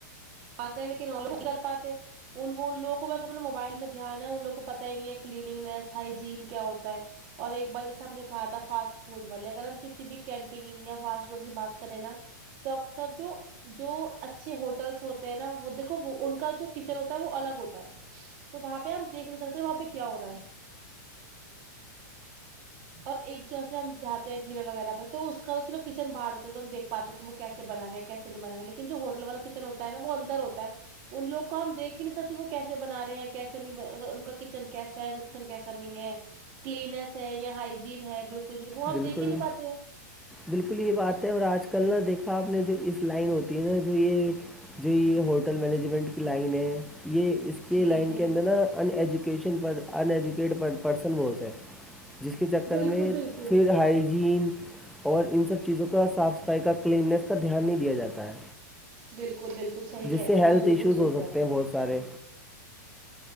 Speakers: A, on the right (about 40°); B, in the centre.
A: پاتے ہے لیکن اور لوگ کر پاتے ہیں ان وہ لوگ کو بس اپ موبائل میں دھیان ہے ان لووں کو پتا ہی نہیں ہے کلینگس ہائیجین کیا ہوتا ہے اور ایک بار جیسے ہم نے کہا تھا فاسٹ فوڈ والے اگر ہم کسی بھی کینٹین یا فاسٹ فوڈ کی بات کریں نا تو اکثر جو جو اچھے ہوٹلس ہوتے تے ہے نا وہ دیکھو ان کا جو کچن ہوتا ہے وہ الگ ہوتا ہے تو وہاں پے آپ پے دیکھ نہیں سکتے وہاں پے کیا ہو رہا ہے اور ایک جیسے ہم جات ٹھلیے وغیرہ تو اس کا تو چلو کچن باہر ہوتا ہے تو ہم دیکھ پاتے کی وہ کیسے بنا رہے ہیں کیس نہیں بنا رہے لیکن جو ہوٹل والا کچن چن ہوتا ہے نا وہ اندر ہوتا ہے ان لوگ کو ہم دیکھ ہی نہیں سکتے وہ کیسے بنا رہے ہیں کیسے نہیں ان کا کچن کیسا ہے ان کچن کیسا نہیں ہے کلیننیس ہے یا ہائجین ہے بالکل بھی وہ ہم
B: بالکل
A: دیکھ ہی نہیں پاتے ہیں
B: بالکل یہ بات ہے اور آج کل نا دیکھا آپ نے جو اس لائن ہوتی ہے نا جو یہ جی یہ ہوٹل مینجمنٹ کی لائن ہے یہ اس اس کے
A: جی
B: لائن
A: جی
B: کے اندر نا ان ایجوکیشن پر ان ایجوکیٹڈ پرسن بہت ہے جس کے چکر
A: بالکل
B: میں
A: بالکل
B: پھر ہائیجین اور ان سب چیزوں کا صاف صفائی کا کلیننیس کا دھیان نہیں دیا جاتا ہے
A: بالکل بالکل صحیح
B: جس
A: کہہ
B: سے
A: رہے ہیں
B: ہیلتھ
A: آپ بالکل
B: ایشوز
A: صحیح
B: ہو
A: کہہ
B: سکتے
A: رہے
B: ہیں بہت سارے